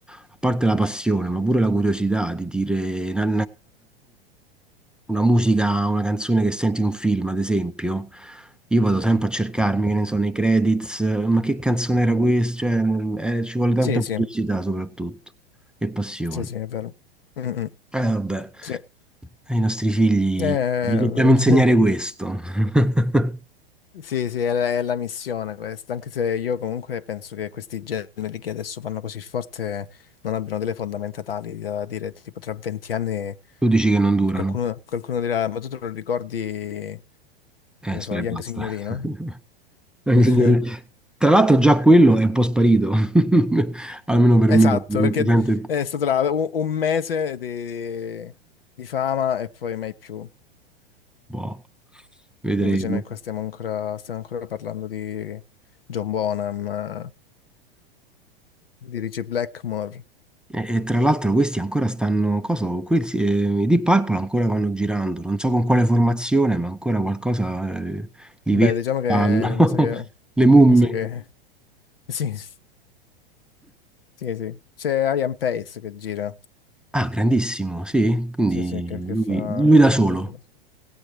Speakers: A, in the centre; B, on the left.
A: a parte la passione, ma pure la curiosità di dire, una, una musica, una canzone che senti in un film, ad esempio, io vado sempre a cercarmi, che ne so, nei credits, eh, ma che canzone era questa? Cioè, mm, eh, ci vuole tanta
B: Sì, sì,
A: curiosità soprattutto e passione.
B: sì, sì, è vero. Mm, mm.
A: Eh, vabbè,
B: Sì, Eh,
A: ai nostri figli
B: <laughs>
A: gli dobbiamo insegnare questo. <laughs>
B: sì, sì, è la, è la missione questa, anche se io comunque penso che questi generi che adesso fanno così forte non abbiano delle fondamenta tali da dire tipo tra 20 anni
A: Tu dici che non durano.
B: qualcuno, qualcuno dirà, ma tu te lo ricordi, che
A: Eh,
B: ne
A: spera,
B: so, Young
A: e basta.
B: Signorino?
A: <laughs> Anche
B: <laughs>
A: signori- Tra l'altro già quello è un po' sparito, <laughs> almeno per
B: Esatto,
A: me, non
B: perché
A: si sente...
B: è stato là un, un mese di, di fama e poi mai più.
A: Boh, vedremo.
B: Invece noi qua stiamo ancora, stiamo ancora parlando di John Bonham, eh, di Ritchie Blackmore.
A: E, e tra l'altro questi ancora stanno, cosa, questi, eh, i Deep Purple ancora vanno girando, non so con quale formazione, ma ancora qualcosa eh, li
B: Beh,
A: vedo,
B: diciamo che
A: fanno, <laughs>
B: mi sa che... eh,
A: le mummie.
B: Mi sa che... <laughs> Sì, sì, sì. C'è Ian Pace che gira.
A: Ah, grandissimo, sì, quindi
B: Sì, sì, che, che
A: lui,
B: fa...
A: lui da solo,
B: fa delle cose.